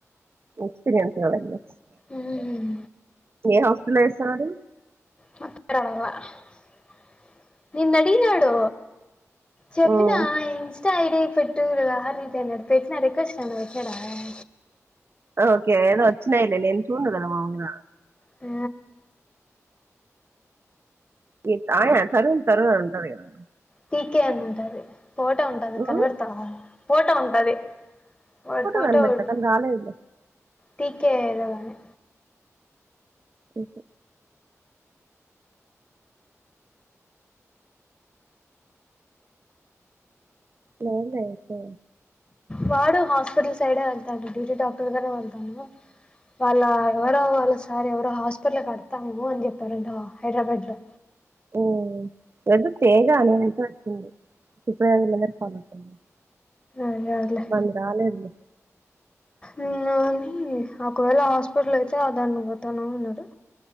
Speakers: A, on the right; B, on the left.
A: ఎక్స్పీరియన్స్ కావాల్లే
B: ఊమ్మ్
A: ఏ హాస్పిటల్ లో చేస్తనాడు
B: <unintelligible> నిన్ అడిగినాడు చెప్పిన
A: ఉ
B: <inaudible> స్టా ఐడి పెట్టు లహరి ది అన్నాడు పెట్నా రక్వెస్ట్ ఏమన్నా పెట్నాడా
A: ఓకే ఏదో వచ్చినాయిలే నేను చూడను కదా మామూలుగా
B: ఆ
A: ఏత్ ఆయా తరుణ్ తరుణ్ అనుంటది కదా
B: టీ కే అనుంటాది ఫోటా ఉంటది
A: ఉమ్,
B: కనిబెడతారా ఫోటో ఉంటాది వాడి ఫోటో
A: కనిపెడతా
B: ఉన్
A: కానీ రాలేదు
B: టీ కే కదానే
A: ఓకే లోన్ లే ఐతే
B: వాడు హాస్పిటల్ సైడే వెళ్తాడు డ్యూటీ డాక్టర్ కానే ఉంటాను వాళ్ళ ఎవరో వాళ్ళ సార్ ఎవరో హాస్పెటల్ కడతాము అని చెప్పారంట హైదరాబాడ్ లో
A: ఉమ్ ఏదో తేగానే అనిన్పడుతుంది <inaudible> పనుంటుంది
B: అదే అదిలే
A: మంది రాలేదులే
B: నినాని ఒకవేళ హాస్పిటల్ అయితే ఆ దాంట్లో పోతాన్నాం అన్నారు